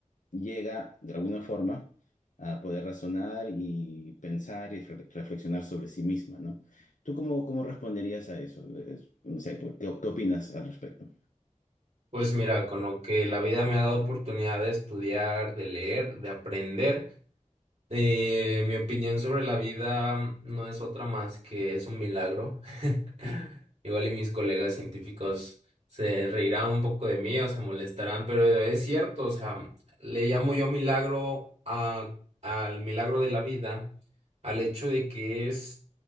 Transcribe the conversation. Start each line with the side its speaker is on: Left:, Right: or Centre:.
Left: llega de alguna forma a poder razonar y pensar y re- reflexionar sobre sí misma, ¿no? ¿Tú cómo, cómo responderías a eso? Es- No sé, pues, ¿qué, qué opinas al respecto?
Right: pues mira, con lo que la vida me ha dado oportunidad de estudiar, de leer, de aprender. Eh, mi opinión sobre la vida no es otra más que es un milagro. <laughs> Igual y mis colegas científicos se reirán un poco de mí o se molestarán, pero es cierto, o sea, le llamo yo milagro a- al milagro de la vida, al hecho de que es